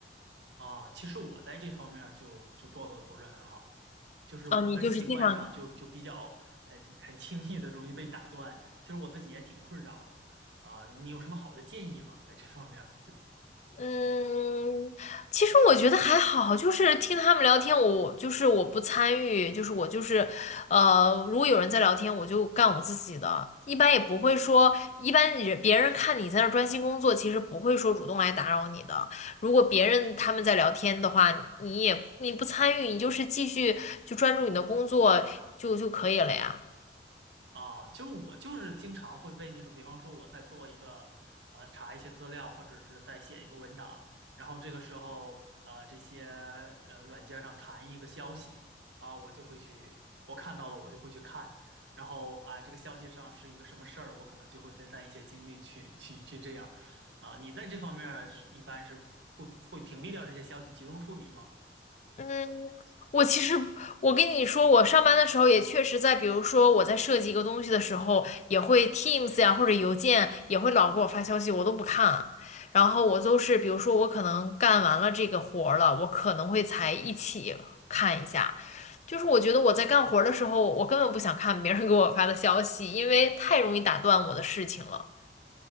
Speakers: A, on the right; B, on the left.
A: 啊，其实我在这方面儿就就做的不是很好，就是我的习惯上就就比较很很轻易的容易被打断，
B: 啊，你就是经常
A: 其实我自己也挺困扰的。啊，你有什么好的建议吗？在这方面儿，就
B: 嗯，其实我觉得还好，就是听他们聊天，我就是我不参与，就是我就是，呃，如果有人在聊天，我就干我自己的，一般也不会说，一般人别人看你在那儿专心工作，其实不会说主动来打扰你的。如果别人他们在聊天的话，你也你不参与，你就是继续就专注你的工作就就可以了呀。
A: 啊，就我就是经常会被那种，比方说我在做一个，呃，查一些资料，或者是在写一个文档，然后这个时候，呃，这些呃软件上弹一个消息，啊，我就会去，我看到了我就会去看，然后啊，这个消息上是一个什么事儿，我可能就会分散一些精力去去去这样，啊，你在这方面儿是一般是会会屏蔽掉这些消息，集中处理吗？
B: 嗯。我其实，我跟你说，我上班的时候也确实在，比如说我在设计一个东西的时候，也会 Teams 呀或者邮件也会老给我发消息，我都不看。然后我都是，比如说我可能干完了这个活儿了，我可能会才一起看一下。就是我觉得我在干活儿的时候，我根本不想看别人给我发的消息，因为太容易打断我的事情了。